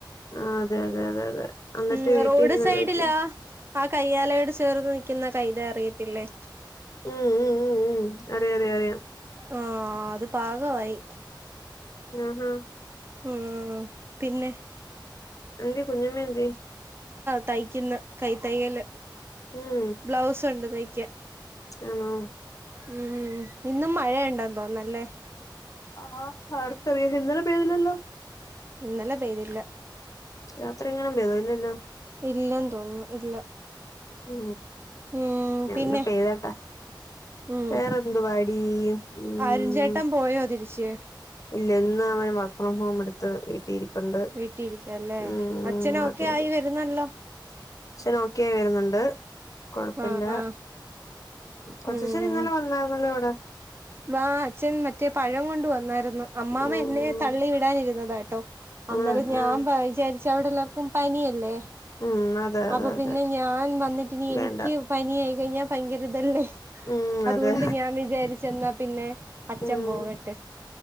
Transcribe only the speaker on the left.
ആ അതെ അതെ അതെ അതെ എന്നിട്ട്
വീട്ടിരുന്ന്
വീട്ടിൽ
ഉം ഉം ഉം ഉം അറിയാം അറിയാം അറിയാം
ങ ഹാ
എന്തി കുഞ്ഞമേ എന്തി
ഉം
ആണോ
ആഹ ആർക്കറിയ ഇന്നലെ പേയ്തിലല്ലോ
യാത്ര ഇങ്ങണ <unintelligible>
ഉ
എന്ന പേരാട്ടോ
വേറെന്തു പാടി ഉ
ഇല്ല <unintelligible> അം ഹോം എടുത്ത് വീട്ടിരിപ്പുണ്ട്
ഉം
ഉം
അതെ
തെശരി
നോക്കിയ വരുന്നു ഹ് കൊഴപ്പല്ല
കൊച്ചച്ചന്
ഇന്നലെ വന്നായിരുന്നല്ലോ ഇവിടെ
ഉം
ഉം
ഉം
ഉം അതെ അതെ
അതെ
വേണ്ട
ഉം
അതെ
ഉം